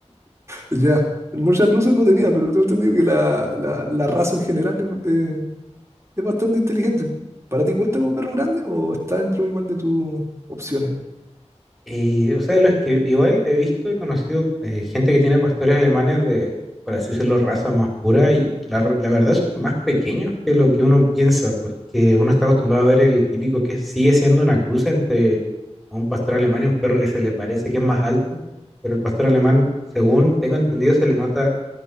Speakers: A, on the right; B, in the centre.
A: Ya, muchas luces no tenía, pero tengo entendido que la, la- la raza en general es, eh, es bastante inteligente. ¿Para ti cuenta como perro grande o está dentro igual de tus opciones?
B: Y, o sea, los que igual he visto, he conocido eh, gente que tiene pastores alemanes de, por así decirlo, raza más pura y la, r- la verdad son más pequeños que lo que uno piensa, porque uno está acostumbrado a ver el típico que sigue siendo una cruz entre un pastor alemán y un perro que se le parece que es más alto, pero el pastor alemán, según tengo entendido, se le nota